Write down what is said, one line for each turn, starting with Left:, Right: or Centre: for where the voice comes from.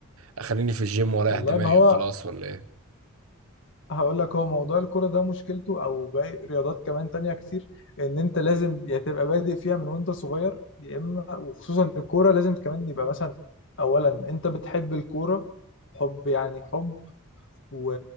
Right: اخليني في الجيم واريح
Left: والله
Right: دماغي
Left: ما هو
Right: وخلاص ولا ايه
Left: هقول لك هو موضوع الكرة ده مشكلته او باقي رياضات كمان تانية كتير ان انت لازم يا تبقى بادئ فيها من وانت صغير يا اما وخصوصا الكورة لازم كمان يبقى مثلا اولا انت بتحب الكورة حب يعني حب و...